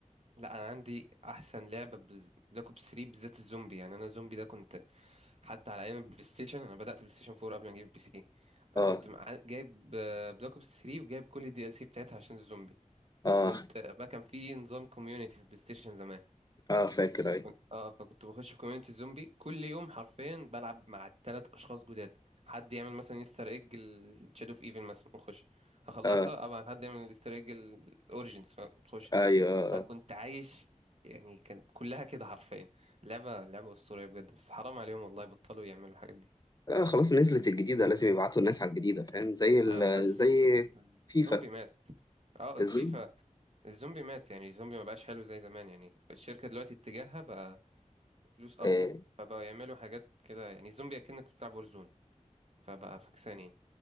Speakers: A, on the right (about 55°); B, on the left (about 30°).
A: لا انا عندي احسن لعبه بلاك اوبس 3 بالذات الزومبي يعني انا زومبي ده كنت حتى على ايام البلاي ستيشن انا بدات بلاي ستيشن 4 قبل ما اجيب بي سي فكنت
B: اه
A: مع... جايب بلاك اوبس 3 وجايب كل الدي ال سي بتاعتها عشان الزومبي
B: اه
A: وكنت آه، بقى كان في نظام كوميونيتي في البلاي ستيشن زمان
B: اه فاكر ايوه
A: كنت اه فكنت بخش في كوميونيتي الزومبي كل يوم حرفيا بلعب مع ثلاث اشخاص جداد حد يعمل مثلا يستر ايج الشادو اوف ايفل مثلا نخش اخلصها
B: اه
A: ابعت حد يعمل الاستر ايج الاوريجينز نخش
B: ايوه
A: فكنت
B: آه.
A: عايش يعني كانت كلها كده حرفيا لعبة لعبة أسطورية بجد بس حرام عليهم والله بطلوا يعملوا الحاجات دي
B: آه. آه خلاص نزلت الجديده لازم يبعتوا الناس على الجديده فاهم زي ال
A: آه، بس
B: زي
A: الزومبي
B: فيفا
A: مات اه فيفا
B: زي
A: الزومبي مات يعني الزومبي ما بقاش حلو زي زمان يعني الشركة دلوقتي اتجاهها بقى فلوس أكتر
B: آه.
A: فبقوا يعملوا حاجات كده يعني الزومبي أكنك بتلعب ورزون فبقى فكسان يعني